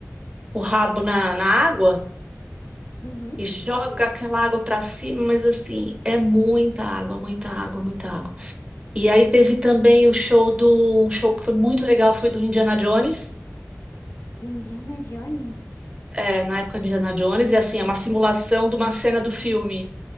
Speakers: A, on the right; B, on the left.
A: o rabo na, na água
B: Uhum.
A: e joga aquela água pra cima, mas assim, é muita água, muita água, muita água. E aí teve também o show do, um show que foi muito legal, foi do Indiana Jones.
B: Do Indiana Jones?
A: é, na época de Indiana Jones, e assim, é uma simulação de uma cena do filme